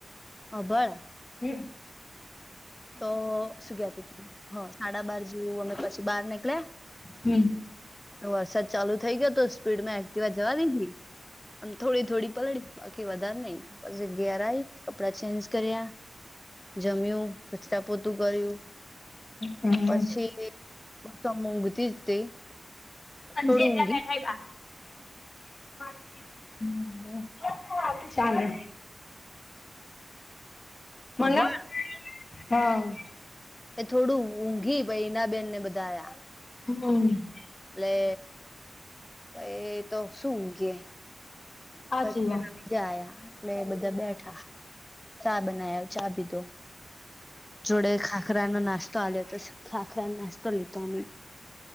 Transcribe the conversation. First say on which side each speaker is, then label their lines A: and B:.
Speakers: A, on the left (about 20°); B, on the left (about 50°).
A: હબાળ
B: હ
A: તો શું ગયા ત ત હ સાડા બાર જે અ પછી બહાર નીકળ્યા
B: હમ
A: વરસાદ ચાલુ થઇ ગયો તો સ્પીડમાં એક્ટિવા જવા દ મ થોડી થોડી પલડી બાકી વધારે નઈિ પછી ઘેરા કપડા ચેન્જ કર્યા જમ્યું કચતા પોતું કર્યું
B: હમ
A: પછી તો ઊંઘતી જ તે
B: કંજે
A: થોડું
B: એટલા
A: ઊંઘી
B: બેઠાવવ્યા ચાલે મંગાવ,
A: અભણ
B: હા
A: એ થોડું ઊંઘી, ભાઈના બેન ને બધાઆયા
B: હમ
A: એટલે ભાઈ તો શું ઊઘીએ
B: સાચી
A: બસ પેલા
B: વાત
A: બીજા આયા એટલે બધા બેઠા, ચા બના્યા, ચા પીધો જોડે ખાખરાનો નાસ્તો આ્લ્લયો પછ હતો ખાખરાનો નાસ્તો લીધો આમે